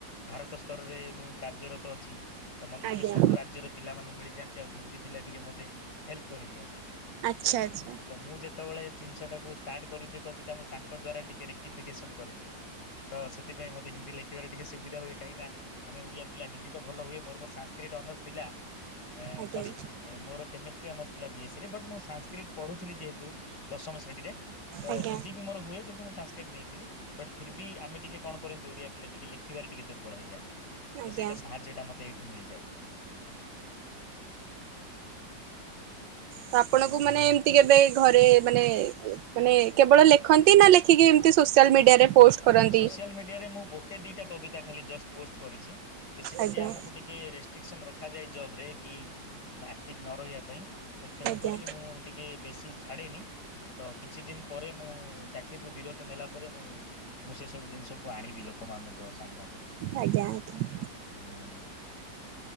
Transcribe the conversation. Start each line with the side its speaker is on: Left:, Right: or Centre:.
Left: ଭାରତ ସ୍ତରରେ ମୁଁ କାର୍ଯ୍ୟରତ ଅଛି। ତ ମତେ ଟିକେ
Right: ଆଜ୍ଞା।
Left: ସବୁ ରାଜ୍ୟର ପିଲାମାନେ ମିଳିଯାଆନ୍ତି ଆଉ ହିନ୍ଦୀ ପିଲା ଟିକେ ମତେ ହେଲ୍ପ କରିଦିଅନ୍ତି।
Right: ଆଚ୍ଛା ଆଚ୍ଛା।
Left: ତ ମୁଁ ଯେତେବେଳେ ଜିନିଷ ଟାକୁ ଷ୍ଟାର୍ଟ କରିଦିଏ କବିତା ମୁଁ ତାଙ୍କ ଦ୍ଵାରା ଟିକେ ରେକ୍ଟିଫିକେସନ କରିଦିଏ। ତ ସେଥିପାଇଁ ମତେ ହିନ୍ଦୀ ଲେଖିବାରେ ଟିକେ ସୁବିଧା ହୁଏ। କାହିଁକି ନା ଆମେ ଓଡିଆ ପିଲା ହିନ୍ଦୀ ତ ଭଲ ହୁଏ। ମୋର ମୋ ସାଂସକ୍ରିଟ ଅନର୍ସ ଥିଲା ଏଁ
Right: ଆଚ୍ଛା
Left: ସରି
Right: ଆଜ୍ଞା
Left: ମୋର ଏଁ କେମିଷ୍ଟ୍ରି ଅନର୍ସ ଥିଲା ବି ଏସ୍ ସିରେ ବଟ୍ ମୁଁ ସାଂସକ୍ରିଟ ପଢୁଥିଲି ଯେହେତୁ ଦଶମ ଶ୍ରେଣୀରେ ତ
Right: ଆଜ୍ଞା
Left: ହିନ୍ଦୀ ବି ମୋର ହୁଏ କିନ୍ତ ମୁଁ ସାଂସକ୍ରିଟ ନେଇଥିଲି। ବଟ ଫିର୍ ବି ଆମେ ଟିକେ କଣ କରନ୍ତି ଓଡିଆ ପିଲା ଟିକେ ଲେଖ ଲେଖିବାରେ ଟିକେ ଦୁର୍ବଳ ହେଇଯାଆନ୍ତି। ତ
Right: ଆଜ୍ଞା।
Left: ସେଇଟା ସାହାଯ୍ୟ ଟା ମତେ ଏଇଠୁ ମିଳିଯାଏ।
Right: ତ ଆପଣଙ୍କୁ
Left: ଆଉ
Right: ମାନେ
Left: ତ
Right: ଏମ୍ ତି କେବେ ଘରେ ମାନେ ମାନେ କେବଳ ଲେଖନ୍ତି ନା ଲେଖିକି ଏମିତି ସୋସିଆଲ ମିଡିଆରେ ପୋଷ୍ଟ କରନ୍ତି?
Left: ସୋସିଆଲ ମିଡିଆରେ ମୁଁ ଗୋଟେ ଦିଟା କବିତା ଖାଲି ଜଷ୍ଟ ପୋଷ୍ଟ କରିଛି ବେଶୀ ଟିକେ
Right: ଆଜ୍ଞା
Left: ଆମକୁ ଟିକେ ରେସ୍ ଷ୍ଟ୍ରିକସନ ରଖାଯାଏ ଯବରେ କି ଆକ୍ଟିଭ ନ ରହିବା ତେଣୁ
Right: ଆଜ୍ଞା
Left: କରି ମୁଁ ଟିକେ ବେଶୀ ଛାଡେନି ତ କିଛି ଦିନ ପରେ ମୁଁ ଚାକିରିରୁ ବିରତ ନେଲା ପରେ ମୁଁ ମୁଁ ସେ ସବୁ ଜିନିଷକୁ ଆଣିବି ଲୋକମାନଙ୍କ ସାମ୍ନାକୁ
Right: ଆଜ୍ଞା ଆଜ୍ଞା।
Left: ହଁ।